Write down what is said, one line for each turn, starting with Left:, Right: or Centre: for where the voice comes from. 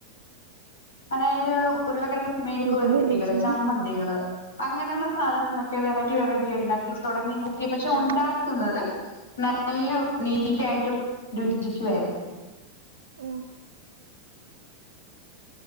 Left: അതായത് ഉരുളക്കിഴങ്ങ് മെഴുക്കുപെരട്ടികള്
Right: കേക്കുന്നില്ലേ ചീ
Left: ചമ്മന്തി കുട്ടികള് അങ്ങനുള്ള സാധനങ്ങളൊക്കെ വെറൈറ്റി വെറൈറ്റി ഇണ്ടാക്കി തൊടങ്ങി നോക്കി പക്ഷെ
Right: ഹലോ
Left: ഒണ്ടാ ക്കുന്നത് നല്ല നീറ്റായിട്ടും രുചിക്കായിരുന്നു
Right: ആഹ്